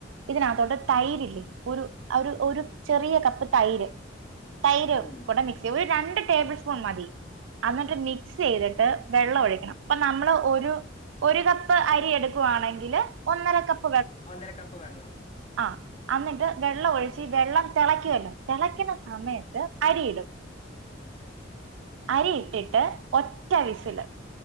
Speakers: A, on the right; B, on the left.
A: ഇതിനകത്തോട്ട് തൈരില്ലേ ഒരു ഒരു ഒരു ചെറിയ കപ്പ് തൈര് തൈര്
B: ഉം
A: കൂടെ മിക് എ ഒരു രണ്ട് ടേബിൾ സ്പൂൺ മതി അന്നട്ട് മിക്സെയ്തിട്ട് വെള്ളം ഒഴിക്കണം പ്പ നമ്മള് ഒരു ഒരു കപ്പ് അരി എടുക്കുവാണെങ്കില് ഒന്നര കപ്
B: ഒന്നര കപ്പ് വെള്ളം
A: ആഹ് അന്നിട്ട് വെള്ളം ഒഴിച്ച് വെള്ളം തെളക്കുവല്ലോ തെളയ്ക്ക്ന്ന ആ സമയത്ത് അരിയിടും അരി ഇട്ടിട്ട് ഒറ്റ വിസില്